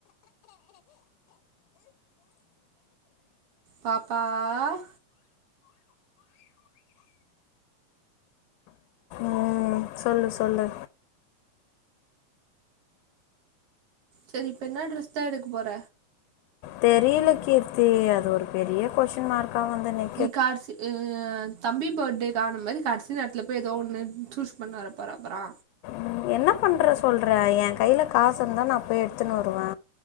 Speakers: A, on the right; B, on the left.
A: பாப்பா ஆ
B: ம் சொல்லு சொல்லு
A: செரி இப்ப என்ன டிரெஸ்தா எடுக்க போற
B: தெரியல கீர்த்தி அது ஒரு பெரிய கொஸ்டின் மார்க்கா வந்து நிக்
A: <unintelligible> தம்பி பர்த்டேகு ஆன மாரி கடைசி நேரத்துல போய் ஏதோ ஒண்ணு சூஸ் பண்ணாரு வர போற அப்பறோ
B: ம், என்ன பண்ற சொல்ற ஏ கையில காசு இருந்தா நா போய் எடுத்துன்னு வருவே